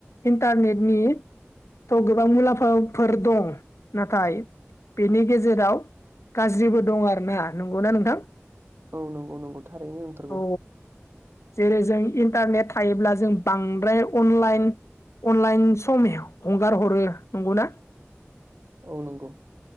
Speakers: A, on the left; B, on the right.
A: इन्टारनेटनि थ' गोबां मुलाम्फाफोर दं नाथाय बेनि गेजेराव गाज्रिबो दं आरोना नंगौना नोंथां
B: औ नंगौ नंगौ थारैनो नंथारगौ
A: औ जेरै जों इन्टारनेट थायोब्ला जों बांद्राय अनलाइन अनलाइन सम हंगार हरो नंगौ ना
B: औ नंगौ